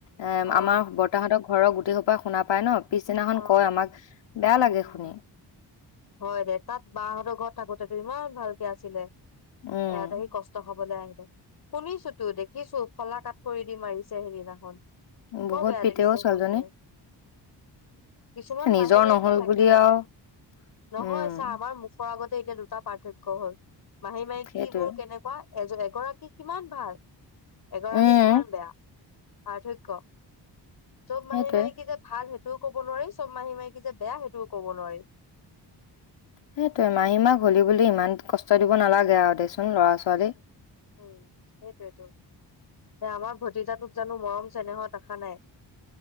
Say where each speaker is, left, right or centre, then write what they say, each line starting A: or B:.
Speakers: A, on the left (about 80°); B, on the left (about 55°).
A: এ
B: অ
A: আমাৰ বৰ্তাহতক ঘৰৰ গোটেইোপ শুনা প ন পিছদিনাখন
B: অ
A: কয় আমাক বেয়া লাগে
B: উম
A: শুনি
B: হয় দে তাত বহঁতৰ ঘৰত থাকোতে ইমান ভালকে আছিলে ।
A: উম।
B: এয়াতে কষ্ট খাবলৈ আহিছে । শুনিছো তো দেখিছো ফলা কাট কৰি দি মাৰিছে সেইদিনাখন ।
A: বহুত
B: বহু বেয়া
A: পিতে
B: লাগিছে
A: অ ছোৱালীজনী
B: সুনিয় কিছুমান
A: নিজৰ
B: মাহী মাইকী
A: নহল
B: থাকে
A: বুলি আৰু
B: নহয়
A: উম
B: চা আমাৰ মুখত । আগতে এতিয়া দুটা পাৰ্থক্য হ'ল । মাহী মাইকীবোৰ
A: সেইটোৱে
B: কেনেকুৱা । এজ এগৰাকী কিমান ভাল । এগৰাকী
A: উম
B: কিমান বেয়া পাৰ্থক্য । য'ব
A: সেইটোৱে
B: মাহি মাহ কি যে ভাল সেইটোও ক'ব নোৱাৰি চব মাহী মাহীকী যে বেয়া সেইটোও কব নোৱাৰি
A: সেইটোোৱ এমাহী মাহ হলি বুলি ইমান কষ্ট দিব নালাগে আৰু দেচোন
B: উম
A: ল'ৰা ছোৱালী
B: উম সেইটোোৱেতো আমাৰ ভতিজাটোক জানো মৰম চেনেহৰ দেখা নাই